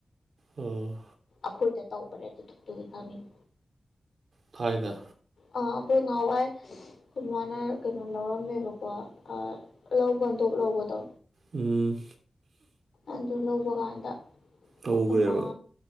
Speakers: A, on the right (about 65°); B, on the left (about 75°).
A: ꯎꯝ
B: ꯑꯩꯈꯣꯏꯗ ꯇꯧꯕꯅꯦ ꯑꯗꯨꯗ ꯑꯗꯨꯒꯤ ꯈꯪꯅꯤꯅꯦ
A: ꯊꯥꯏꯅ
B: ꯑ ꯑꯩꯈꯣꯏ ꯉꯍꯥꯟꯋꯥꯏ ꯑꯩꯈꯣꯏ ꯏꯃꯥꯅ ꯀꯩꯅꯣ ꯂꯧꯔꯝꯃꯦꯕꯀꯣ ꯂꯧ ꯕꯟꯗꯣꯞ ꯂꯧꯕꯗꯣ
A: ꯎꯝ
B: ꯑꯗꯨ ꯂꯧꯕ ꯀꯥꯟꯗ
A: ꯇꯧꯒ꯭ꯔꯦꯕ
B: ꯑꯩꯈꯣꯏ ꯃꯥ